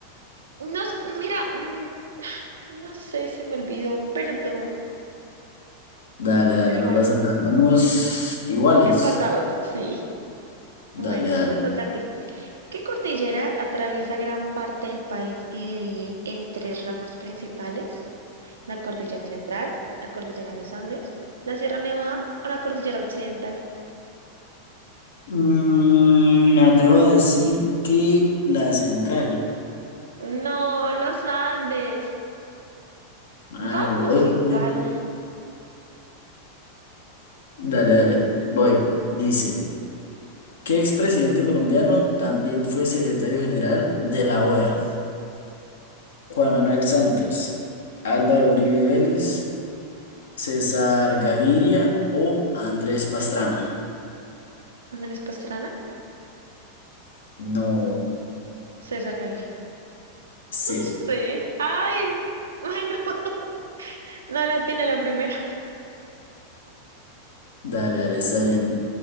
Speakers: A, on the right (about 70°); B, on the left (about 65°).
A: no es, mira, mm, no sé, se me olvidó, perdón.
B: Dale, dale,
A: Pero
B: no
A: bueno,
B: pasa nada. Vamos iguales.
A: empatados, sí.
B: Dale,
A: Bueno, esta
B: dale.
A: te toca a ti. ¿Qué cordillera atraviesa gran parte del país y divide en tres ramas principales? La cordillera central, la cordillera de los Andes, la Sierra Nevada o la cordillera occidental.
B: Mm, me atrevo a decir que la central.
A: No, los Andes.
B: Mal.
A: Vamos
B: Otra
A: igual.
B: vez. Dale, dale. Voy. Dice, ¿qué expresidente colombiano también fue secretario general de la OEA? Juan Manuel Santos, Álvaro Uribe Vélez, César Gaviria o Andrés Pastrana.
A: Andrés Pastrana,
B: No
A: César Gaviria.
B: sé.
A: No sé. Ay, bueno, <laughs> no la tiene la primera.
B: Dale, dale, está bien.